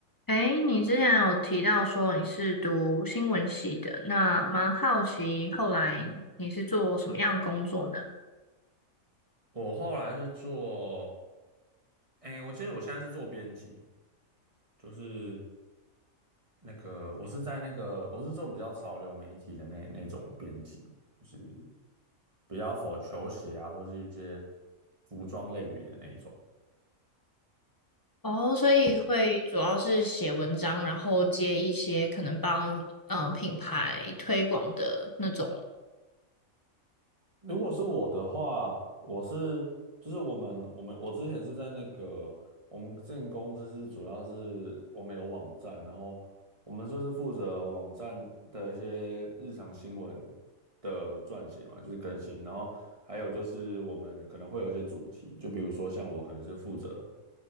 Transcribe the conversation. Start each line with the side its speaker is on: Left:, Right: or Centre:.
Left: 哎，你之前有提到说你是读新闻系的，那蛮好奇后来你是做什么样的工作呢？
Right: 我后来是做，哎，我记得我现在是做编辑，就是那个我是在那个我是做比较潮流媒体的那那种编辑，就是比较 for 球鞋啊，或是一些服装类别的那一种。
Left: 哦，所以会主要是写文章，然后接一些可能帮呃品牌推广的那种。
Right: 如果是我的话，我是就是我们我们我之前是在那个我们之前公司是主要是我们有网站，然后我们就是负责网站的一些日常新闻的撰写嘛，就是更新，然后还有就是我们可能会有一些主题，就比如说像我可能是负责